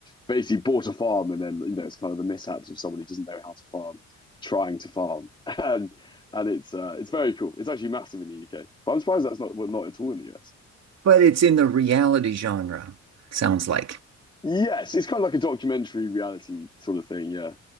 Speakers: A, on the left (about 15°); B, on the right (about 60°).
A: basically bought a farm, and then you know it's kind of the mishaps of someone who doesn't know how to farm trying to farm, <laughs> and and it's uh, it's very cool. It's actually massive in the UK, but I'm surprised that's not well, not at all in the US.
B: But it's in the reality genre, sounds like.
A: Yes, it's kind of like a documentary reality sort of thing. Yeah.